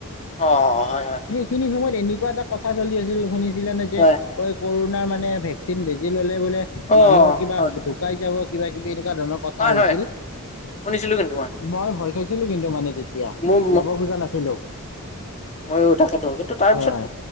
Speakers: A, on the left; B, on the left.
A: অ', হয়, হয়।
B: খিনি সময়ত এনেকুৱা এটা কথা চলি আছিল, শুনিছিলা নে যে
A: হয়
B: ঐ ক'ৰণাৰ মানে ভেকচিন বেজী ল'লে বোলে
A: অ
B: মানুহ কিবা
A: হয়
B: ধুক কাই যাব কিবা কিবি এনেকুৱা ধৰণৰ কথা
A: হয়
B: হৈছিল!
A: হয় শুনিছিলো কিন্তু
B: মই ভয় খাইছিলো কিন্তু মানে তেতিয়া,
A: মোৰ
B: ল'ব খোজা নাছিলো।
A: মইও তাকেতো কিন্তু তাৰ পিছত
B: হয়